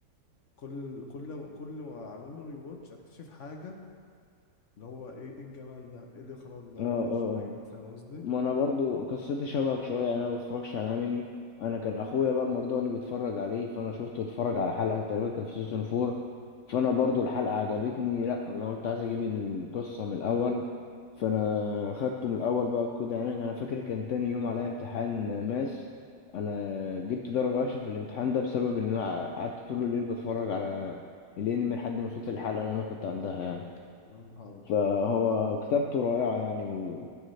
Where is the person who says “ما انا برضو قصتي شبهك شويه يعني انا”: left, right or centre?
Left